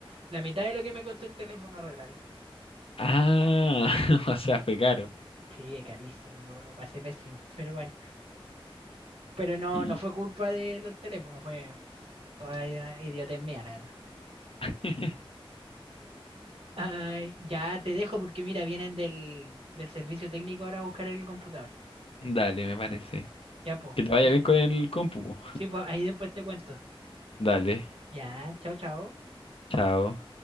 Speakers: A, on the right (about 85°); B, on the left (about 75°).
A: la mitad de lo que me costó el teléfono arreglarlo.
B: Ah, <laughs> o sea, fue caro.
A: Sí, carísimo, lo, lo pasé pésimo, <laughs> pero bueno. Pero no,
B: Y...
A: no fue culpa de los teléfonos, fue toda i- idiotez mía, la verdad.
B: y- <laughs>
A: Ay, ya te dejo porque mira, vienen del, del servicio técnico ahora a buscar el computador.
B: Dale, me parece.
A: Ya, pues,
B: Que te vaya
A: que
B: bien con el compu. po.
A: Sí, pues ahí después te cuento.
B: Dale.
A: Dạ, chào cháu.
B: Chao.